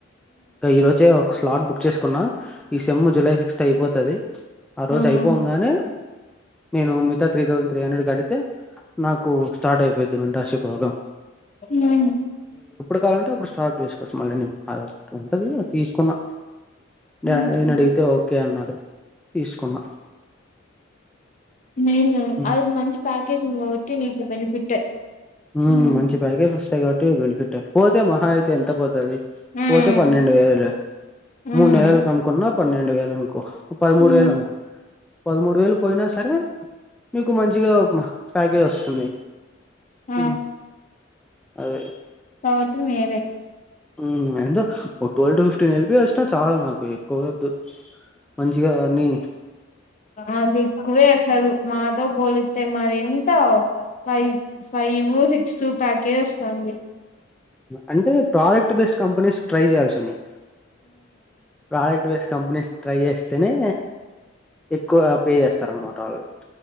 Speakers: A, in the centre; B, on the left.
A: ఇంగ ఈ రోజే ఒక స్లాట్ బుక్ చేసుకున్నా ఈ సెమ్ జులై సిక్స్త్ అయిపోతుది ఆ రోజు
B: ఆహా
A: అయిపొంగానే నేను మిగతా త్రీ థౌసండ్ త్రీ హండ్రెడ్ కడితే నాకు స్టార్ట్ అయిపోయిద్ది మెంటార్ షిప్ ప్రోగ్రాం
B: ఉహు
A: కా <unintelligible> వలంటే అప్పుడు స్టాప్ చేసుకోవచ్చు మళ్ళీ నేను ఆధార్ ఉంటుంది తీసుకున్న
B: ఊహూ.
A: డాడీ నీ అడిగితే ఓకే అన్నాడు తీసుకున్నా
B: మీల్
A: హ్మ్.
B: అ మంచి ప్యాకేజ్ ఉంది కావట్టి నీకు బెనిఫిటే
A: ఉమ్
B: హ్మ్
A: మంచి ప్యాకేజ్ వస్తాయి. కాబట్టి బేనిఫిటే పోతే మహా అయితే ఎంత పోతది.
B: హ్మ్
A: పోతే పన్నెండు వేలు
B: హ్మ్
A: మూడు నెలలు కనుకున్నా పన్నెండు వేలు అనుకో పదమూడు
B: హ్మ్
A: వేలు అనుకో పదమూడు వేలు పోయినా సరే మీకు మంచిగా ఓ ప్యాకేజ్ వస్తుంది.
B: ఉ
A: ఉ అదే
B: <unintelligible> వేరే
A: ఉమ్ ఎంతో ట్వెల్వ్ టు ఫిఫ్టీన్ అయితే వస్తే చాల్ నాకు ఎక్కువ వద్దు. మంచిగా అన్నీ
B: అది ఎక్కువే అసలు మాతో బోలుత్తే మరి ఎంత ఫై ఫై ఇప్పుడు సిక్స్ ప్యాకేజ్ వస్తంది.
A: అంటే ప్రోడక్ట్ బేస్డ్ కంపెనీస్ ట్రై చేయాల్సి ఉన్నాయి. ప్రొడక్ట్ బేస్ కంపెనీస్ ట్రై చేస్తేనే ఎక్కువ పే చేస్తారు. అనమాట వాళ్ళు